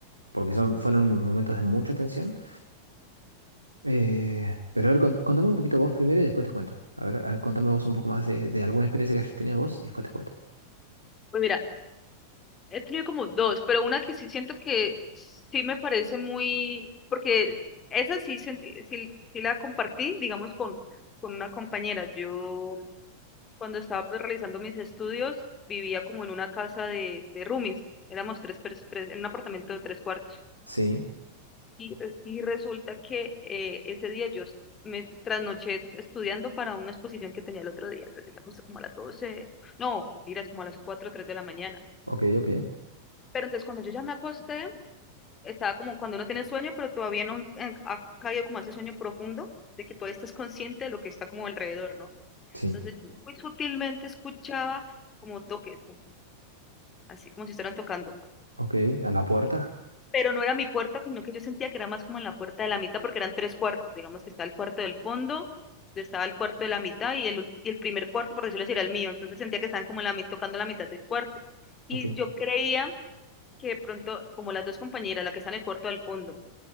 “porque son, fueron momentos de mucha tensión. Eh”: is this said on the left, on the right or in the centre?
Right